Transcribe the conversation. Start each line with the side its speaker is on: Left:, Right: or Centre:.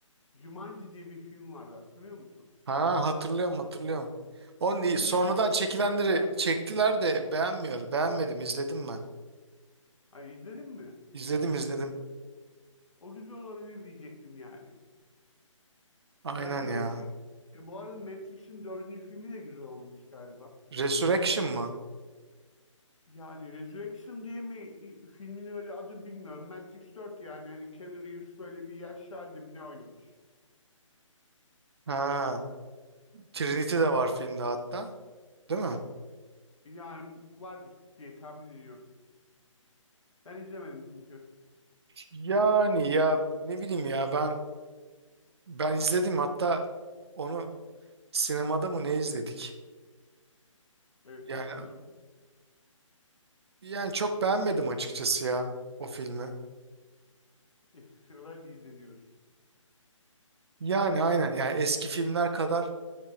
Left: Jumanji diye bir film vardı hatırlıyor musun?
Right: Ha hatırlıyorum hatırlıyorum. Onu
Left: Onun
Right: değil,
Left: yenisini
Right: sonradan çekilenleri
Left: çektiler galiba.
Right: çektiler de beğenmiyor. Beğenmedim izledim ben.
Left: Hani izledin mi?
Right: İzledim izledim.
Left: Hmm. O güzel olabilir diyecektim yani.
Right: Aynen
Left: Gerçi Matrix,
Right: ya.
Left: e, bu arada Matrix'in dördüncü filmi de güzel olmuş galiba.
Right: Resurrection mı?
Left: Yani Resurrection diye mi e, filmin öyle adı bilmiyorum. Matrix 4 yani yani Keanu Reeves böyle bir yaşlı halde mi ne oynamış?
Right: Ha Trinity de var filmde hatta. Değil mi?
Left: Yani vardır diye tahmin ediyorum. Ben izlemedim çünkü.
Right: Yani ya ne bileyim ya ben ben izledim hatta onu sinemada mı ne izledik?
Left: Evet
Right: Yani
Left: nasıldı?
Right: yani çok beğenmedim açıkçası ya o filmi.
Left: Eski sıralar değildi diyorsun.
Right: Yani aynen yani eski filmler kadar